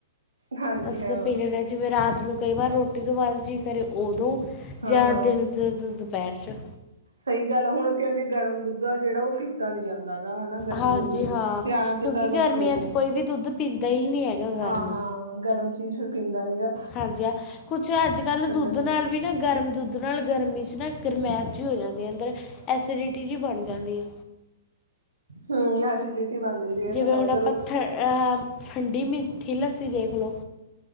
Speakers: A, on the right; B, on the left.
A: ਹਾਂਜੀ
B: ਅਸੀਂ
A: ਹਾਂ
B: ਤਾਂ, ਪੀ ਜਿਵੇਂ, ਰਾਤ ਨੂੰ ਕਈ ਵਾਰ ਰੋਟੀ ਤੋਂ, ਬਾਅਦ ਜੀ ਕਰੇ ਓਦੋ।
A: ਹਾਂ
B: ਜਾਂ,
A: ਹਾਂ
B: ਦਿਨ ਦੁਪਹਿਰ ਚ
A: ਸਹੀ ਗੱਲ ਆ, ਹੁਣ ਕਿ ਅਗੇ ਗਰਮ ਦੁੱਧ ਆ ਜਿਹੜਾ, ਉਹ ਪੀਤਾ ਨੀ ਜਾਂਦਾ। ਹਨਾ ਗਰਮੀ,
B: ਹਾਂਜੀ ਹਾਂ
A: ਸਿਆਲਾ ਚ
B: ਕਿਉਂਕਿ
A: ਤਾਂ
B: ਗਰਮੀਆਂ
A: ਪੀ ਲੈਂਣੇ
B: 'ਚ ਕੋਈ
A: ਆਂ।
B: ਵੀ ਦੁੱਧ ਪੀਂਦਾ ਹੀ ਨਹੀਂ ਹੈਗਾ ਗਰਮ
A: ਹਾਂ-, ਹਾ ਹਾਂ। ਹੁਣ ਗਰਮ ਚੀਜ਼ ਫਿਰ ਪੀਂਦਾ ਨੀ ਨਾ।
B: ਹਾਂਜੀ ਆ। ਕੁਛ ਅੱਜ ਕਲ੍ਹ ਦੁੱਧ
A: ਠੰਡਾ
B: ਨਾਲ ਵੀ ਨਾ ਗਰਮ ਦੁੱਧ ਉਹ ਨਾਲ ਗਰਮੀ 'ਚ ਨਾ ਗਰਮੈਸ਼ ਜਿਹੀ ਹੋ ਜਾਂਦੀ ਆ ਅੰਦਰ, ਐਸੀਡਿਟੀ ਜਿਹੀ ਬਣ ਜਾਂਦੀ ਆ।
A: ਹੂੰਮ ਐਸੀਡਿਟੀ ਬਣ ਜਾਂਦੀ। ਹੈ
B: ਜਿਵੇਂ
A: ਇਹ ਤਾਂ ਹੈ
B: ਹੁਣ
A: ਚਲੋ
B: ਆਪਾਂ ਥ ਠੰਡੀ ਮਿੱਠੀ ਲੱਸੀ ਦੇਖ ਲਓ।